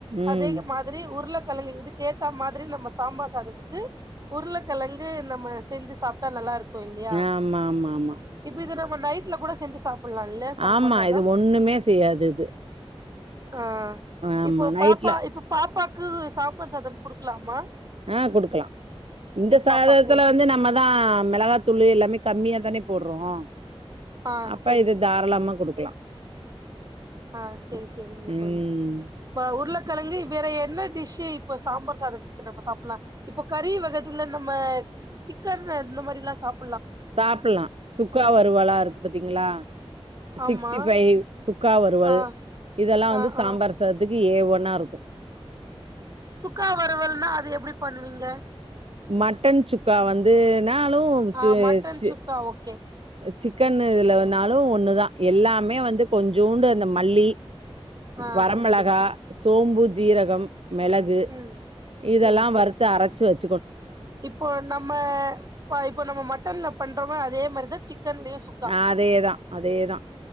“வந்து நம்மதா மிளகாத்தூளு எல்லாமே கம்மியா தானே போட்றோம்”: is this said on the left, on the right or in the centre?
Right